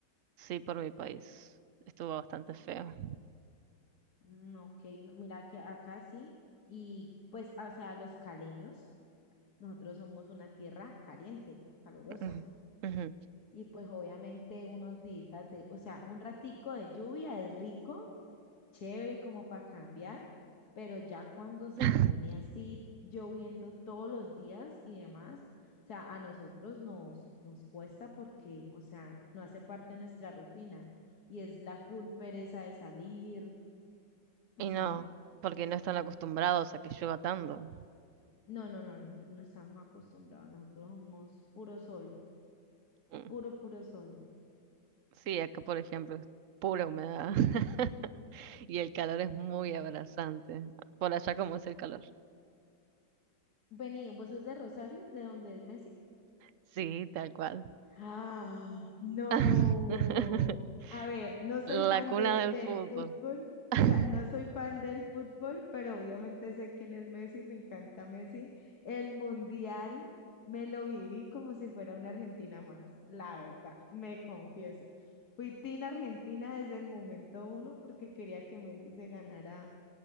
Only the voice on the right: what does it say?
Sí, por mi país. Estuvo bastante feo.
Ujú, ujú.
<laughs>
Y
no, porque no están acostumbrados a que llueva tanto.
Mm.
Sí, acá por ejemplo es pura humedad. <laughs> Y el calor es muy abrasante. Por allá, ¿cómo es el calor?
Sí, tal cual.
<laughs>
La
cuna
del
fútbol.
<laughs>